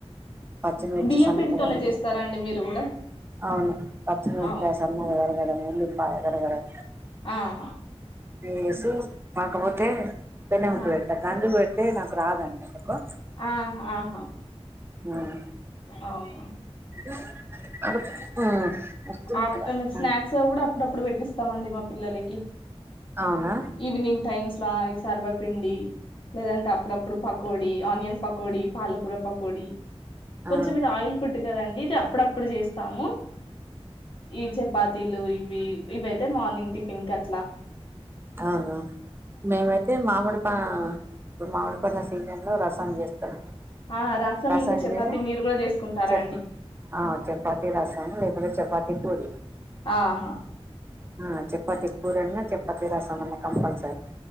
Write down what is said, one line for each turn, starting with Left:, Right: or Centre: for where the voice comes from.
Right: పచ్చిమిర్చి
Left: బియ్యం
Right: సన్నగ
Left: పిండితోనే
Right: తరిగి
Left: చేస్తారా అండి మీరు కూడా
Right: అవును పచ్చిమిరపకాయ్
Left: అవును
Right: సన్నగ తరగడము ఉల్లిపాయ దరగడం
Left: ఆహ
Right: ఏసేస్ కాకపోతే పెన్నె ముతి
Left: ఆ
Right: పెడ్తా కందుకు పెడితే నాకు రాదండి ఎందుకో
Left: ఆహా ఆహా
Right: మ్మ్
Left: అవునా
Right: ఇ <inaudible> మ్మ్ వస్తుందిట్ల
Left: ఆఫ్టర్నూన్ స్నాక్స్
Right: అ
Left: కూడా అప్పుడప్పుడు పెట్టిస్తామండి మప్ పిల్లలకి
Right: అవునా
Left: ఈవినింగ్ టైమ్స్ స్లాయిస్ సర్వపిండి లేదంటే అప్పుడప్పుడు పక్ కోడి ఆనియన్ పకోడి పాలకూర పకోడి
Right: ఆ
Left: కొంచం ఇది ఆయిల్ ఫుడ్డు కదండి ఇదప్పుడప్పుడ్ సమో ఈ చపాతిలు ఈ ఇవి ఇవియితే మార్నింగ్ టిఫిన్ కట్లా
Right: అవునా మేమైతే మామిడి ఆ ఇప్పుడు మామిడి పండ్ల సీజన్ లో రసం చేస్తడు
Left: ఆ
Right: రసం
Left: ఇంకా చపాతి
Right: చేసి
Left: మీరు కూడా చేసుకుంటారా
Right: చెప్
Left: అండి
Right: చపాతి రసం లేకుంటే చపాతి పూరి
Left: ఆహా
Right: ఆ చప్పతి కూరన్నా చప్పతి రసం అన్నా కంపల్సరీ